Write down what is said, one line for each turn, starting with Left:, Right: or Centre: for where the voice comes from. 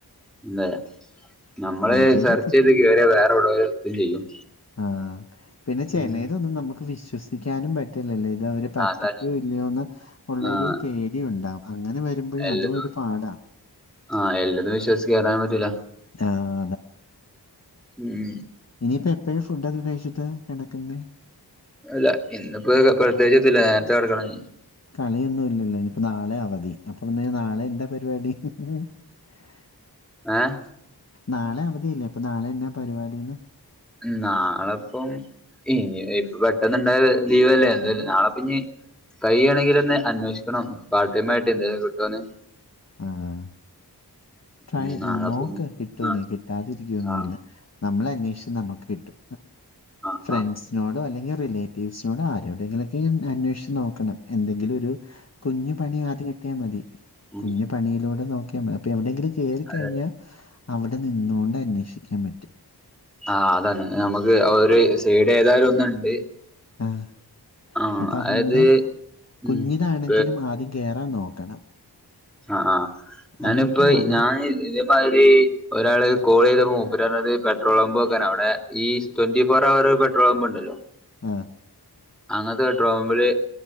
Centre: അല്ലെ നമ്മള്
Left: ട്രൈ ചെയ്താ
Centre: സെർച്ച്
Left: കിട്ടും.
Centre: ചെയ്ത് കേറിയാ വേറുള്ളവര് എന്തു ചെയ്യും
Left: ആഹ് പിന്നെ ചെലെതൊന്നും
Centre: ഉം
Left: നമുക്ക് വിശ്വസിക്കാനും പ റ്റില്ലല്ലേ ഇതവര് പറ്റിക്കോ
Centre: അതാണ്
Left: ഇല്ലയോന്ന് ഒള്ള
Centre: ആഹ്
Left: ഒരു പേടി ഉണ്ടാവാം അങ്ങനെ മ്പഴും
Centre: എല്ലതും
Left: അത് ഒരു പാടാ
Centre: ആഹ് എല്ലതും വിശ്വസിക്കറാൻ പറ്റൂല
Left: ആഹ്
Centre: ഉം.
Left: ഇനിയിപ്പ എപ്പോഴാ ഫുഡ് ഒക്കെ കഴിച്ചിട്ട് കെടക്കുന്നേ
Centre: അല്ല ഇന്നിപ്പോ പ്രത്യേകിച്ചൊന്നുല്ല നേരത്തെ കെടക്കണം ഇനി
Left: കളിയൊന്നും ഇല്ലല്ലോ ഇനിപ്പോ നാളെ അവധി അപ്പൊ പിന്നെ നാളെ എന്താ പരിപാടി <unintelligible>
Centre: ഏഹ്
Left: നാളെ അവധിയല്ലേ അപ്പൊ നാളെ എന്നാ പരിപാടിന്ന്
Centre: നാളെപ്പം ഇ ഇപ്പ പെട്ടെന്ന്ണ്ടായ ലീവല്ലേ നാളെപ്പിനി കയിണങ്കിലൊന്ന് അന്വേഷിക്കണം പാർട്ട് ടൈം ആയിട്ട് എന്തെങ്കിലും കിട്ടോന്ന്
Left: ആഹ് ട്രൈ
Centre: ഉം നാളെപ്പ
Left: നോക്ക്
Centre: ഇനി
Left: കിട്ടോന്ന്
Centre: ആഹ്
Left: കിട്ടാതിരിക്കുവൊന്നുല്ല
Centre: ആഹ്
Left: നമ്മള് അന്വേഷിച്ച് നമുക്ക് കിട്ടും.
Centre: ആഹ്
Left: ഫ്രണ്ട്സിനോടോ
Centre: ആഹ്
Left: അല്ലെങ്കിൽ റിലേറ്റ് റ്റീവ്സിനോട് ആരോടെങ്കിലൊക്കെ അന്വേഷിച്ച് നോക്കണം. എന്തെങ്കിലും ഒരു കുഞ്ഞു പണി ആദ്യം കി കിട്ടിയ മതി
Centre: ഉം
Left: കുഞ്ഞു പണിയിലൂടെ നോക്കിയാൽ മതി. അപ്പൊ എവിടെയെങ്കിലും കേറിക്കഴിഞ്ഞാ
Centre: അതെ
Left: അവിടെ നിന്നുകൊണ്ട് അന്വേഷിക്കാൻ പറ്റും.
Centre: ആഹ് അതാണ്. നമുക്ക് ഒരു സീഡ് ഏതാലും ഒന്നുണ്ട്.
Left: ആഹ്
Centre: ആഹ്
Left: അപ്പൊ അതുകൊണ്ട്
Centre: അതായത്
Left: കുഞ്ഞിതാണെങ്കിലും
Centre: ഉം
Left: ആദ്യം കേറാൻ നോക്കണം.
Centre: ആഹ് ആഹ് ഞാനിപ്പ
Left: എന്നിട്ട് അവിടെ
Centre: ഞാൻ ഇതേമാരി ഒരാള് കോൾ ചെയ്തപ്പോ മൂപ്പര് പറഞ്ഞത് പെട്രോൾ പമ്പ് നിക്കാന്. അവിടെ ഈ ട്വന്റി ഫോർ അവർ പെട്രോൾ പമ്പുണ്ടല്ലോ?
Left: ആഹ്!
Centre: അങ്ങനത്തെ പെട്രോമ്പില്